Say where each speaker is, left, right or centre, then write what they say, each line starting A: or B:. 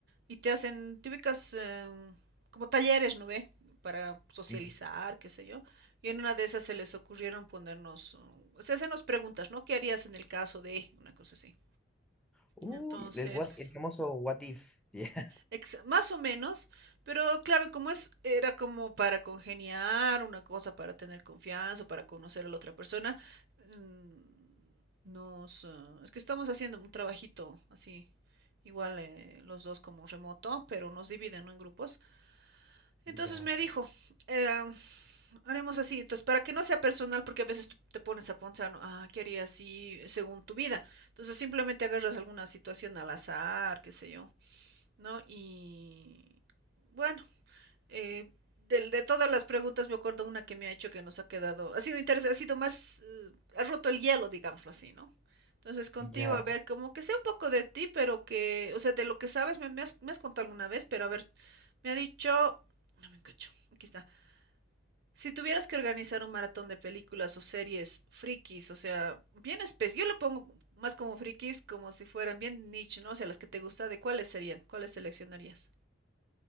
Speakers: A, on the right; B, in the centre.
A: y te hacen típicas em, como talleres, ¿no ve? Para socializar,
B: Mm.
A: qué sé yo. Y en una de esas se les ocurrieron ponernos, uh, o sea, hacernos preguntas, ¿no? ¿Qué harías en el caso de una cosa así?
B: Uy,
A: Entonces,
B: el, what- el famoso what if. <laughs>
A: ex- más o menos, pero claro, como es, era como para congeniar una cosa, para tener confianza, para conocer a la otra persona, mm, nos, ah, es que estamos haciendo un trabajito así, igual eh, los dos como remoto, pero nos dividen, ¿no? En grupos. Entonces
B: Ya,
A: me
B: ya,
A: dijo, eh, haremos así, entonces para que no sea personal, porque a veces tú te pones a pensar, ¿no? ah, ¿qué haría así según tu vida? Entonces simplemente agarras alguna situación al azar, qué sé yo, ¿no? Y bueno, eh, del- de, todas las preguntas me acuerdo una que me ha hecho que nos ha quedado, ha sido interesante, ha sido más, eh, ha roto el hielo, digámoslo así, ¿no? Entonces contigo,
B: ya.
A: a Wow. ver, como que sé un poco de ti, pero que, o sea, de lo que sabes, me, me has, me has contado alguna vez, pero a ver, me ha dicho, no me encacho, aquí está. Si tuvieras que organizar un maratón de películas o series frikis, o sea, bien especies, yo lo pongo más como frikis, como si fueran bien niche, ¿no? O sea, las que te gusta, ¿de cuáles serían? ¿Cuáles seleccionarías?